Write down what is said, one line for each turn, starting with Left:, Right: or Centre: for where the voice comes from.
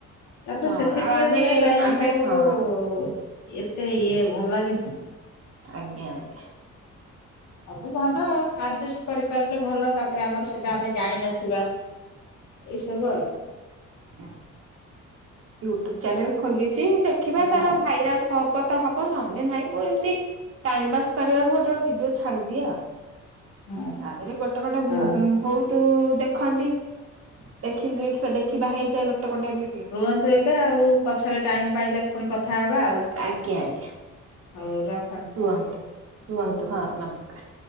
Left: ତାପରେ
Right: ହଁ
Left: ସେଥିରେ
Right: ଆଉ ଆମେ
Left: ସେ ଲାଇନ
Right: ଆମେ
Left: ସବୁ
Right: ହଁ
Left: ଏତେ ଇଏ ଭଲ ବି ନୁହେଁ।
Right: ଆଜ୍ଞା ଆଜ୍ଞା।
Left: ସବୁ ଭଲ ଆଉ ଆଡଜଷ୍ଟ କରିପାରିଲେ ଭଲ ତାପରେ ଆମର ସେଟା ଆମେ ଜାଣିନଥିବା ଏଇ ସବୁ ଆଉ।
Right: ହୁଁ। ୁଟ୍ୟୁବ ଚ୍ୟାନେଲ ଖୋଲି ଯ ଦେଖିବା ତାର
Left: ହଁ
Right: ଭାଇରାଲ ହବ। ପ ତ ହବ ନହେଲେ ନାଇଁ ମୁଁ ଏମତି ଟାଇମ ପାସ୍ କରିବାକୁ ଗୋଟେ ଭିଡିଓ ଛାଡିଦିଏ ଆଉ। ତା
Left: ହଁ
Right: ଦେହରେ ଗୋଟେ ଗୋଟେ
Left: ହଉ
Right: ହଉ। ତୁ ଦେଖନ୍ତି ଦେଖି ଦେଖ ଦେଖ କିବା ହେଇଯାଏ ଗୋଟେ ଗୋଟେ ଭିଡିଓ
Left: ୁ ଏବେ ଆଉ ପଛରେ ଟାଇମ ପାଇଲେ ପୁଣି କଥା ହେବା ଆଉ।
Right: ଆଜ୍ଞା ଆଜ୍ଞା
Left: ହଉ ର
Right: ରୁହନ୍ତୁ ରୁହନ୍ତୁ ହଁ ନମସ୍କାର।